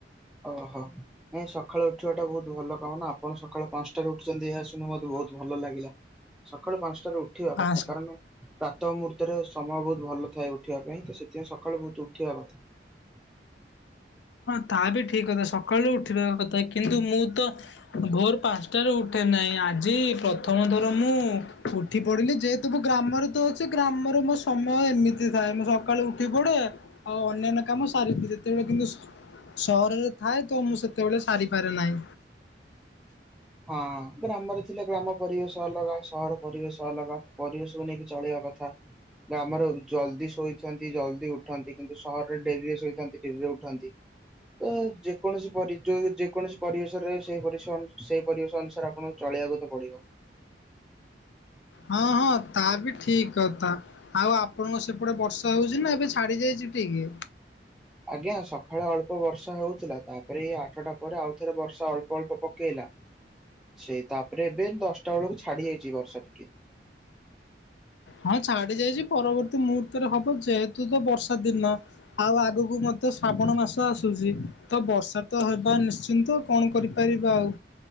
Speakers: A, in the centre; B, on the left.
A: ଓହୋ ନାଇ ସଖାଳୁ ଉଠିବାଟା ବହୁତ ଭଲ କାମ ନା ଆପଣ ସକାଳେ ପାଞ୍ଚଟାରେ ଉଠୁଛନ୍ତି ଏହା ଶୁ ଣି ମତେ ବହୁତ୍ ଭଲ ଲାଗିଲା ସକାଳୁ ପାଞ୍ଚଟାରେ ଉଠିବା
B: ପାଞ୍ଚ
A: କଥା କାରଣ ପ୍ରାତହ ମୁହୂର୍ତ୍ତରେ ସମୟ ବହୁତ୍ ଭଲ ଥାଏ ଉଠିବା ପାଇଁ ତ ସେଥିପାଇଁ ସକାଳୁ ବହୁତ ଉଠିବା କଥା।
B: ହଁ ତାହା ବି ଠି କଥା ସକାଳୁ ଉଠିବା କଥା କିନ୍ତୁ ମୁଁ ତ ଭୋର ପାଞ୍ଚଟାରୁ ଉଠେ ନାହିଁ ଆଜି ପ୍ରଥମ ଥର ମୁଁ ଉ ଠି ପଡ଼ିଲି ଯେହେତୁ ମୁ ଗ୍ରାମରେ ତ ଅଛି ଗ୍ରାମରେ ମୋ ସମୟ ଏମିତି ଥାଏ ମୁଁ ସକାଳୁ ଉଠି ପଡ଼େ। ଆଉ ଅନ୍ୟାନ୍ୟ କାମ ସାରି ଯେତେବେଳେ କିନ୍ତୁ ସହରରେ ଥାଏ ତ ମୁଁ ସେତେବେଳେ ସାରିପାରେ ନାହିଁ।
A: ହଁ ଗ୍ରାମରେ ଥିଲେ ଗ୍ରାମ ପରିବେଶ ଅଲଗା ସହର ପରିବେଶ ଅଲଗା ପରିବେଶକୁ ନେଇକି ଚଳେଇବା କଥା। ଗାମର ଜଲ୍ଦି ଶୋଇଥାନ୍ତି ଜଲ୍ଦି ଉଠାନ୍ତି କିନ୍ତୁ ସହରରେ ଡେରିରେ ଶୋଇଥାନ୍ତି ଡେରିରେ ଉଠନ୍ତି। ତ ଯେକୌଣସି ପରି ଯେକୌଣସି ପରିବେଶରେ ରହି ସେଇ ପରିବେଶ ଅନୁ ସେଇ ପରିବେଶ ଅନୁସାରେ ଆପଣଙ୍କୁ ଚଲିବାକୁ ତ ପଡିବ।
B: ହଁ ହଁ ତା ବି ଠିକ୍ କଥା। ଆଉ ଆପଣଙ୍କ ସେପଟେ ବର୍ଷା ହଉଚି ନା ଏବେ ଛାଡି ଯାଇଛି ଟିକେ?
A: ଆଜ୍ଞା ସଖାଳେ ଅଳ୍ପ ବର୍ଷା ହେଉଥିଲା ତାପରେ ଏଇ ଆଠଟା ପରେ ଆଉ ଥରେ ବର୍ଷା ଅଳ୍ପ ଅଳ୍ପ ପକେଇଲା। ସେଇ ତାପରେ ଏବେ ଦଶଟା ବେଳକୁ ଛାଡି ଯାଇଛି ବର୍ଷା ଟିକେ।
B: ହଁ ଛାଡି ଯାଇଚି ପରବର୍ତ୍ତୀ ମୁହୂର୍ତ୍ତରେ ହବ ଯେହେତୁ ତ ବର୍ଷା ଦିନ। ଆଉ ଆଗକୁ ମଧ୍ୟ ଶ୍ରାବଣ ମାସ ଆସୁଚି ତ ବର୍ଷା ତ ହେବା ନିଶ୍ଚିନ୍ତ। କଣ କରିପାରିବା ଆଉ?